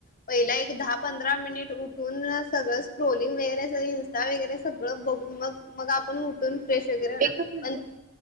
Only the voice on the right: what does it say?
एकच मिनिट
तेच